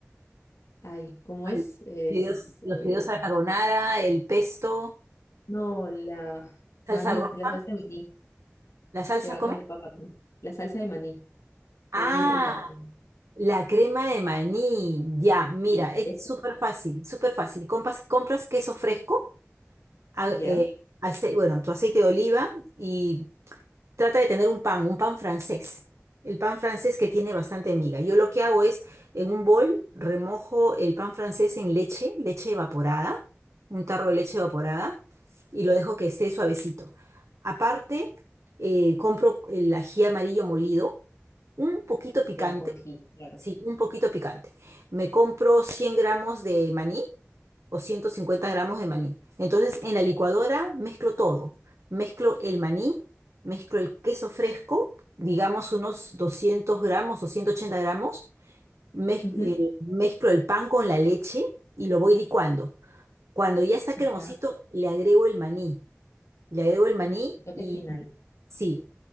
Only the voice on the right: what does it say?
al-
fideos- los
fideos a la carbonara, el pesto,
salsa
roja,
la salsa
¿cómo?
Ah,
la crema de maní. Ya, mira,
es
súper fácil, súper fácil. Compas- Compras, queso fresco, a-
eh, ace- bueno, tu aceite de oliva y Trata de tener un pan, un pan francés. El pan francés que tiene bastante miga. Yo lo que hago es, en un bol, remojo el pan francés en leche, leche evaporada, un tarro de leche evaporada, y lo dejo que esté suavecito. Aparte, eh, compro el ají amarillo molido, un poquito picante,
sí, un poquito picante. Me compro 100 gramos de maní, o 150 gramos de maní. Entonces, en la licuadora mezclo todo. Mezclo el maní, mezclo el queso fresco, digamos unos 200 gramos o 180 gramos. mez-
eh, mezclo el pan con la leche y lo voy licuando. Cuando ya está cremosito,
le agrego el maní. Le agrego el maní
y
sí,